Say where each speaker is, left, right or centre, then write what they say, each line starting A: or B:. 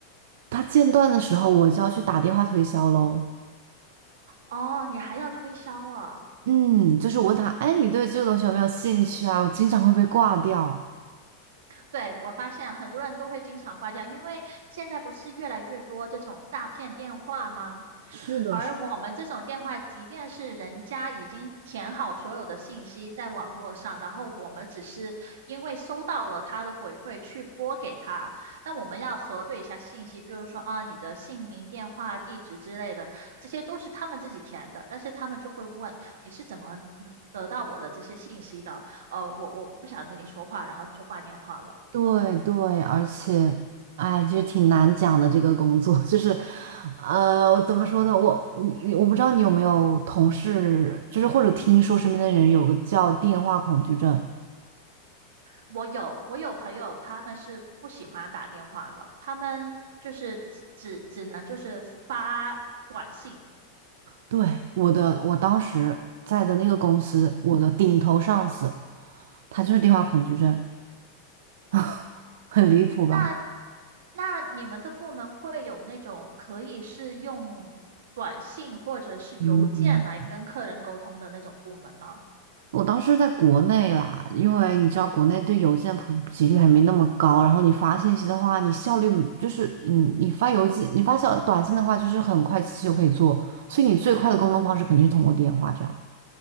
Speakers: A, on the right; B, on the right.
A: 他间断的时候，我就要去打电话推销喽。
B: 哦，你还要推销啊？
A: 嗯，就是我问他，哎，你对这个东西有没有兴趣啊？我经常会被挂掉。
B: 对，我发现很多人都会经常挂掉，因为现在不是越来越多这种诈骗电话吗？
A: 是是。的，
B: 而我们这种电话，
A: 是
B: 即便是人家已经填好所有的信息在网络上，然后我们只是因为收到了他的回馈去拨给他，那我们要核对一下信息，比如说啊你的姓名、电话、地址之类的，这些都是他们自己填的，但是他们就会问你是怎么嗯得到我的这些信息的？呃，我我不想跟你说话，然后就挂电话了。
A: 对对，而且，哎，其实挺难讲的这个工作，就是，呃，我怎么说呢？我你我不知道你有没有同事，就是或者听说身边的人有个叫电话恐惧症。
B: 我有我有朋友，他们是不喜欢打电话的，他们就是只只只能就是发短信。
A: 对，我的，我当时在的那个公司，我的顶头上司，他就是电话恐惧症，<laughs> 很离谱吧？
B: 那那你们的部门会有那种可以是用短信或者是邮件来跟客人沟通的那种部门吗？
A: 嗯。嗯我当时在国内啦，因为你知道国内对邮件普及率还没那么高，然后你发信息的话，你效率就是嗯，你发邮件、你发小短信的话，就是很快其实就可以做，所以你最快的沟通方式肯定是通过电话这样